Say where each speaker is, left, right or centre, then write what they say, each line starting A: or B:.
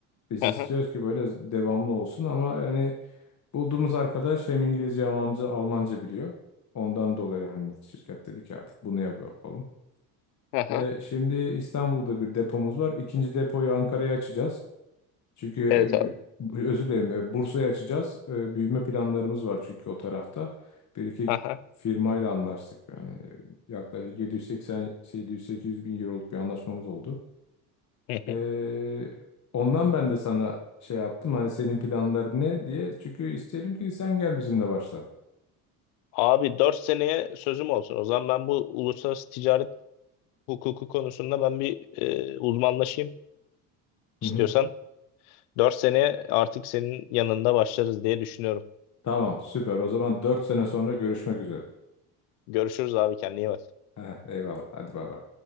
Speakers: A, on the left; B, on the left.
A: Biz
B: aha,
A: istiyoruz ki böyle devamlı olsun ama yani Bulduğumuz arkadaş hem İngilizce, Almanca, Almanca biliyor. Ondan dolayı hani şirket dedi ki artık bunu yap- yapalım.
B: aha.
A: E, şimdi İstanbul'da bir depomuz var. İkinci depoyu Ankara'ya açacağız. Çünkü
B: Evet
A: e, bü-
B: abi.
A: bu- özür dilerim e, Bursa'ya açacağız. E, büyüme planlarımız var çünkü o tarafta. Bir iki
B: Aha.
A: firmayla anlaştık. Yani e, yaklaşık 780 700-800 bin euroluk bir anlaşmamız oldu.
B: <laughs> Hı hı.
A: E, ondan ben de sana şey yaptım. Hani senin planların ne diye. Çünkü isterim ki sen gel bizimle başla.
B: Abi 4 seneye sözüm olsun. O zaman ben bu uluslararası ticaret hukuku konusunda ben bir e, uzmanlaşayım
A: Hı
B: istiyorsan.
A: hı.
B: dört seneye artık senin yanında başlarız diye düşünüyorum.
A: Tamam süper. O zaman 4 sene sonra görüşmek üzere.
B: Görüşürüz abi kendine iyi bak.
A: <laughs> Eyvallah. Hadi bay bay.